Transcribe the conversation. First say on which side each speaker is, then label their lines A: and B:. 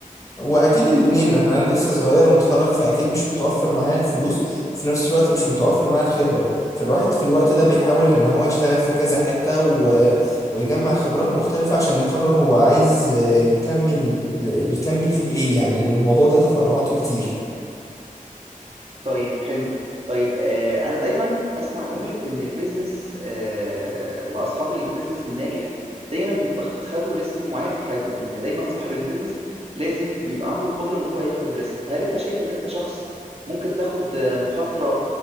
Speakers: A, on the left; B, on the right.
A: واكيد الاتنين لان انا لسه صغير ومتخرج فاكيد مش متوفر معايا الفلوس في نفس الوقت مش متوفر معايا الخبره فالواحد في الوقت ده بيحاول ان هو يشتغل في كذا حته و... ويجمع خبرات مختلفه عشان يقرر هو عايز آه، يكمل يكمل في ايه يعني لان الموضوع ده تفرعاته كتير
B: طيب حلو طيب آه انا دايما بسمع جملة ان البيزنس آه واصحاب البيزنس الناجح دايما بيبقى خدوا ريسك معين في حياتهم وان دايما صاحب البيزنس لازم يبقى عنده القدرة ان هو ياخد ريسك فهل انت شايف ان انت شخص ممكن تاخد آه، مخاطرة